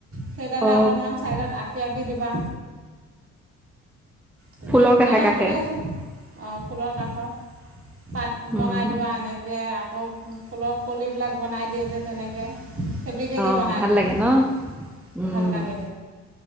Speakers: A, on the right; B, in the centre.
A: সেইডালে
B: অ
A: অকণমান ছাইডত আঁকি আঁকি দিবা। তেতিয়া
B: ফুলৰ
A: দোকানত
B: কাষে কাষে
A: গ'লে আছোঁ অঁ ফুলৰ কাষত পাত
B: উম
A: বনাই দিবা এনেকৈ ফুলৰ কলিবিলাক বনাই দিয়ে যে তেনেকৈ ফেব্ৰিকেদি
B: অ'
A: বনাই
B: ভাল
A: দিব
B: লাগে
A: মানে
B: ন। উম,
A: ভাল লাগে